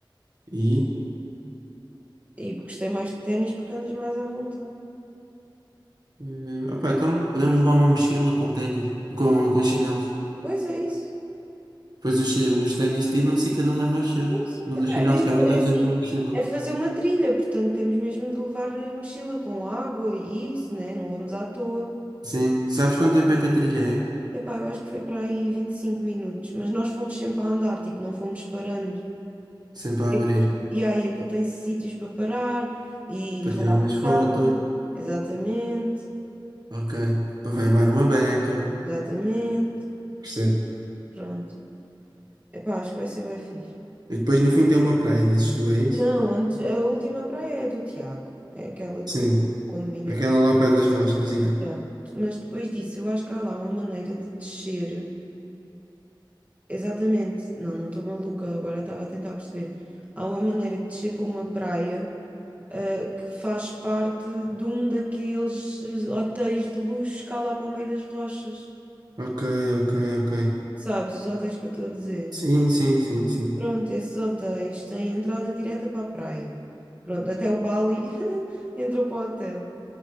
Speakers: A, on the right (about 55°); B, on the right (about 20°).
A: E,
B: E gostei mais de ténis porque andas mais à vontade.
A: eh, opá, então podemos levar uma mochila com ténis, com, com chinelos.
B: Pois é isso.
A: Depois os, chi- os ténis tiram-se e cada um leva os seus.
B: Sim, sim.
A: Mas
B: Epá,
A: os chinelos
B: é mesmo,
A: cabem
B: é
A: todos
B: assim,
A: dentro de uma mochila.
B: é fazer uma trilha, portanto temos mesmo de levar eh, mochila com água e isso, né? Não vamos à toa.
A: Sim. Sabes quanto tempo é que a trilha é?
B: Epá, eu acho que foi para aí 25 minutos, mas nós fomos sempre a andar, tipo, não fomos parando.
A: Sempre a
B: E
A: abrir.
B: aquilo, yeah, e aí, aquilo tem sítios para parar e
A: Para
B: relaxar.
A: tirar umas fotos.
B: Exatamente,
A: Ok. Para levar uma beca.
B: exatamente.
A: Percebo.
B: Pronto. Epá, acho que vai ser bem fixe.
A: E depois no fim tem uma praia, dizes tu, é isso?
B: Não, antes, a última praia é do Tiago. É aquela do
A: Sim.
B: condomínio
A: Aquela
B: dele.
A: lá ao pé das rochas, já.
B: Yeah. Mas depois disso, eu acho que há lá uma maneira de descer. Exatamente. Não, não estou maluca, agora estava a tentar perceber. Há uma maneira de descer para uma praia, ah, que faz parte de um daqueles eh, hotéis de luxo cá lá para o meio das rochas.
A: Ok, ok, ok.
B: Sabes, os hotéis que eu estou a dizer.
A: Sim, sim, sim, sim.
B: Pronto, esses hotéis têm entrada direta para a praia. Pronto, até o Bali <laughs> entrou para o hotel.